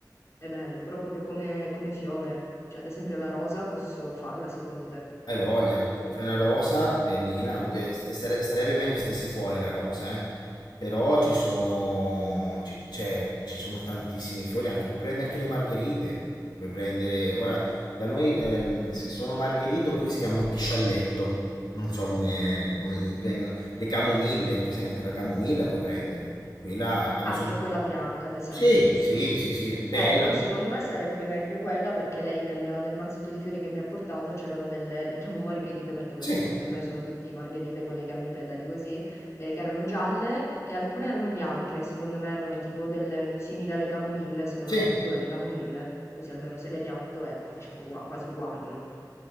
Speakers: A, on the left (about 40°); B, on the left (about 80°).
A: è bello, però proprio come, come fiore, cioè ad esempio la rosa posso farla secondo te?
B: Hai voglia.
A: O
B: Fai una rosa bellina. Oddio, eh, sare- Sarebbe meglio stesse fuori la rosa, eh. Però ci sono, ci, cioè, ci sono tantissimi fiori, anche, puoi prendere anche le margherite, puoi prendere, ora, da noi ehm, se- sono margherite oppure si chiamano piscialletto, non so come, come vengono, le camomille, per esempio, la camomilla puoi prendere, quella ha
A: Ah,
B: bisogno,
A: che è quella bianca, ad esempio,
B: Sì,
A: giusto?
B: sì, sì, sì, bella.
A: Eh, allora secondo me sarebbe meglio quella perché lei nel, nel mazzetto di fiori che mi ha portato c'erano delle, le chiamo margherite perché per,
B: Sì, eh,
A: per me sono tutte margherite quelle che hanno i petali così, eh, che erano gialle e alcune erano bianche, secondo me erano tipo delle simili alle camomille, se non
B: sì,
A: addirittura le camomille, così almeno se le pianto è diciamo ugua- quasi uguale, no?